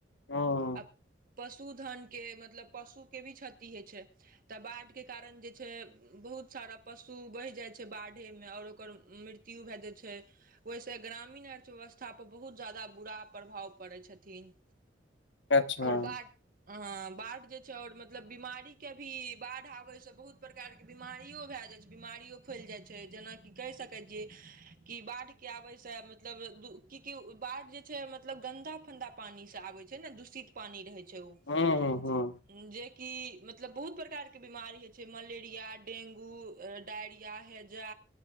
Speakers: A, on the left (about 75°); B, on the right (about 50°).
A: हूँ
B: आब पशुधनके मतलब पशुके भी क्षति होइत छै तऽ बाढ़िके कारण जे छै बहुत सारा पशु बहि जाइ छै बाढ़ेमे आओर ओकर मृत्यु भए जाइ छै ओहिसँ ग्रामीण अर्थव्यवस्थापर बहुत ज्यादा बुरा प्रभाव पड़ैत छथिन
A: अच्छा
B: आओर बाढ़ अ बाढ़ जे छै और मतलब बीमारी के भी बाढ़ आबे से बहुत प्रकार बिमारिओ भए जाइ छै बिमारिओ फैलि जाइ छै जेनाकि कहि सकै जे कि बाढ़ के आबे से मतलब कि कि बाढ़ जे छै मतलब गन्दा फन्दा पानी से आबे छै छै ने दूषित पानी रहै छै ओ
A: हूँ हूँ
B: जेकि मतलब बहुत प्रकारके बीमारी होइ छै मलेरिया डेंगू डायरिया है जा